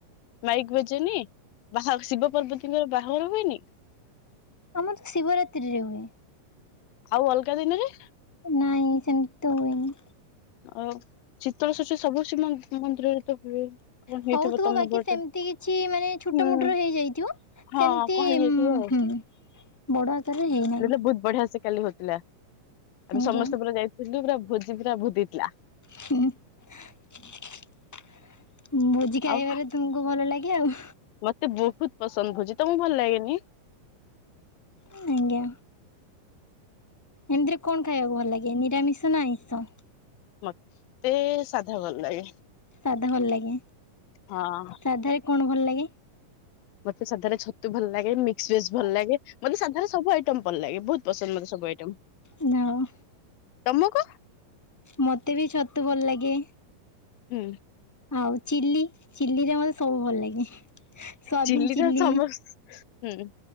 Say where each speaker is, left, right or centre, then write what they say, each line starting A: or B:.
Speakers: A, on the left; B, in the centre.
A: ମାଇକ୍ ବାଜେନି ବାହା ଶିବ ପାର୍ବତୀଙ୍କର ବାହାଘର ହୁଏନି?
B: ଆମର୍ ତ ଶିବ ରାତ୍ରିରେ ହୁଏ।
A: ଆଉ ଅଲଗା ଦିନରେ?
B: ନାଇଁ ସେମିତି ତ ହୁଏନି।
A: ଆଉ ଶୀତଳ ଷଷ୍ଠୀ ସବୁ ଶିବ ମନ୍ଦିରରେ ତ ହୁଏ। କଣ ହେଇଥିବ
B: ହଉଥୁବ
A: ତମ
B: ବାକି
A: ପଟେ
B: ସେମିତି କିଛି ମାନେ ଛୋଟ
A: ହୁଁ
B: ମୋଟ୍ ରେ ହେଇଯାଇଥିବ।
A: ହଁ
B: ସେମିତି
A: କଣ ହେଇଯାଇଥିବ
B: ଉଁ
A: ଆଉ
B: ହୁଁ ବଡ଼ ଆକାରରେ ହେଇନାଇ।
A: ବହୁତ୍ ବଢିଆ ସେ କାଲି ହଉଥିଲା। ଆମେ
B: ଆଜ୍ଞା।
A: ସମସ୍ତେ ପୁରା ଯାଇଥିଲୁ ପୁରା ଭୋଜି ପୁରା ବହୁତ୍ ହେଇଥିଲା।
B: ହୁଁ। ଉଁ ଭୋଜି ଖାଇବାରେ
A: ଆଉ
B: ତୁମକୁ ଭଲ୍ ଲାଗେ ଆଉ।
A: ମତେ ବହୁତ୍ ପସନ୍ଦ। ଭୋଜି ତମକୁ ଭଲ୍ ଲାଗେନି?
B: ଉଁ ନାଜ୍ଞା। ଏମିତିରେ କଣ ଖାଇବାକୁ ଭଲ୍ ଲାଗେ ନିରାମିଷ ନା ଆଇଁଷ?
A: ମତେ ସାଧା ଭଲ୍ ଲାଗେ।
B: ସାଧା ଭଲ ଲାଗେ।
A: ହଁ।
B: ସାଧା ରେ କଣ ଭଲ୍ ଲାଗେ?
A: ମତେ ସାଧାରେ ଛତୁ ଭଲ୍ ଲାଗେ ମିକ୍ସ ଭେଜ୍ ଭଲ୍ ଲାଗେ ମତେ ସାଧାରେ ସବୁ ଆଇଟମ୍ ଭଲ୍ ଲାଗେ ବହୁତ୍ ପସନ୍ଦ ମତେ ସବୁ ଆଇଟମ୍।
B: ଯାହା ହଉ।
A: ତମକୁ?
B: ମତେ ବି ଛତୁ ଭଲ ଲାଗେ।
A: ହୁଁ।
B: ଆଉ ଚିଲ୍ଲି ଚିଲ୍ଲିରେ ମତେ ସବୁ ଭଲ ଲାଗେ ସୋୟାବିନ
A: ଚିଲିର
B: ଚିଲ୍ଲି।
A: ସମସ୍ତ ହୁଁ